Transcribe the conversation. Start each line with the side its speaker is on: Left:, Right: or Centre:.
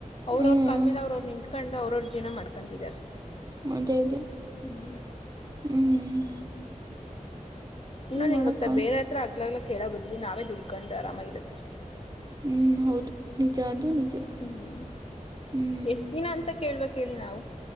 Left: ಅವ್ರ
Right: ಹ್ಞೂ
Left: ಅವ್ರ ಕಾಲ್ ಮೇಲೆ ಅವ್ರ ಅವ್ರರು ನಿಂತ್ಕೊಂಡು ಅವ್ರ ಅವ್ರ ಜೀವನ ಮಾಡ್ಕೊಂತಿದ್ದಾರೆ.
Right: <unintelligible>
Left: ಹ್ಮ್.
Right: ಹ್ಮ್
Left: ಇನ್ನೊಂದ್ ಏನ್
Right: ಮಾಡೋಕ್ಕಾಗ
Left: ಗೊತ್ತ ಬೇರೆ ಹತ್ರ ಆಗ್ಲಲ್ಲಾ ಕೇಳ ಬದ್ಲಿ ನಾವೇ ದುಡ್ಕೊಂಡು ಆರಾಮಾಗಿರೋದು ಬೆಸ್ಟ್.
Right: ಹ್ಮ್ ಹೌದು ನಿಜ ಅದುೂ ನಿಜ.
Left: ಹ್ಮ್
Right: ಹ್ಞೂ
Left: ಎಷ್ಟ ದಿನ ಅಂತ ಕೇಳ್ಬೇಕೇಳಿ ನಾವು.